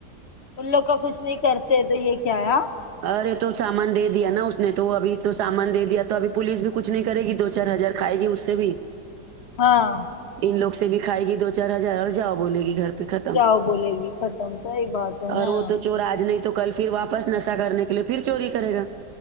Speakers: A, on the left; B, on the right.
A: ان لوگ کا کچھ نہیں کرتے تو یہ کیا ہے ہاں
B: ارے تو سامان دے دیا نا اس نے تو ابھی تو سامان دے دیا تو ابھی پولیس بھی کچھ نہیں کرے گی دو چار ہزار کھائے گی اس سے بھی
A: ہاں
B: ان لوگ سے بھی کھائے گی دو چار ہزار اور جاؤ بولے گی گھر ختم
A: جاؤ بولے گی ختم صحیح بات ہے
B: اور
A: ہاں
B: وہ تو چور آج نہیں تو کل پھر واپس نشا کرنے کے لیے پھر چوری کرے گا